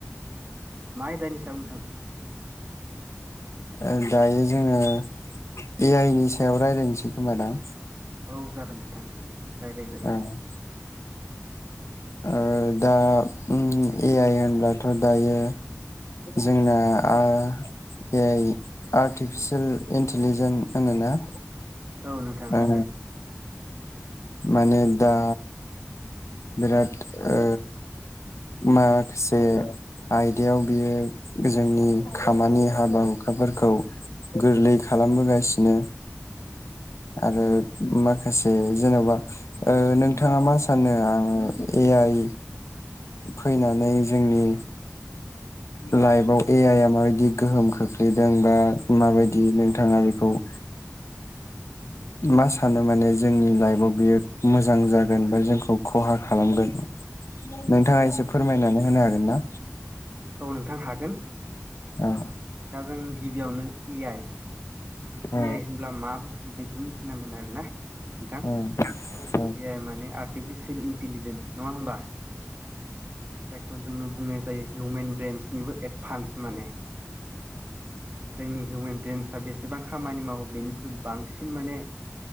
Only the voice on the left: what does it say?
ओ दायो जोङो ए आइ नि सायाव रायज्लायनोसै खोमादां?
ओं। ओ दा उम ए आइ होनब्लाथ' दायो जोंना आ ए आइ आर्टिफिसियेल इन्टिलिजेन होनोना?
ओ
माने दा बिराद ओ माखासे आयदायाव बियो जोंनि खामानि हाबा हुखाफोरखौ गोरलै खालामबोगासिनो। आरो माखासे जेन'बा ओ नोंथाङा मा सानो आं ए आइ फैनानै जोंनि लाइफाव ए आइ आ माबायदि गोहोम खो लैदों बा माबायदि नोंथाङा बेखौ ओ मा सानो माने जोंनि लाइफाव बियो मोजां जागोन बा जोंखौ खहा खालामगोन नोंथाङा एसे फोरमायनानै होनो हागोन ना?
औ
औ
औ औ नंगौ औ